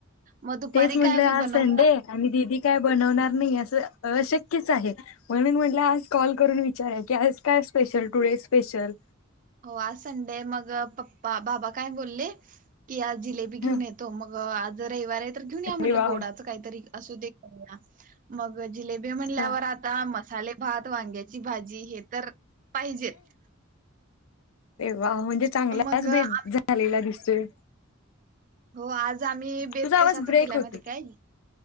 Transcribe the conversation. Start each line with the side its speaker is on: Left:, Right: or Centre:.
Right: म दुपारी
Left: तेच म्हटलं
Right: काय
Left: आज
Right: मी बनवलं
Left: संडे आणि दिदी काय बनवणार नाही असं अशक्यच आहे, म्हणून म्हणलं आज कॉल करून विचार की, <inaudible> आज काय? स्पेशल, टुडे, स्पेशल
Right: हो, आज संडे मग, पप्पा- बाबा काय बोलले? की आज जिलेबी घेऊन
Left: ह
Right: येतो, मग आज रविवार आहे तर घेऊन या
Left: अरे
Right: म्हटलं,
Left: वा
Right: गोडाचं काहीतरी असू दे, करूया मग जिलेबी म्हणल्यावर,
Left: हा
Right: आता मसाले भात, वांग्याची भाजी, हे तर पाहिजेत.
Left: वाह, म्हणजे -चांगलाच
Right: मग
Left: बेत
Right: आ-
Left: -झालेला दिसतोय.
Right: हो, आज आम्ही बेत
Left: तुझा आवाज
Right: कशाचा
Left: ब्रेक
Right: केलाय
Left: होतो
Right: माहितीये काय,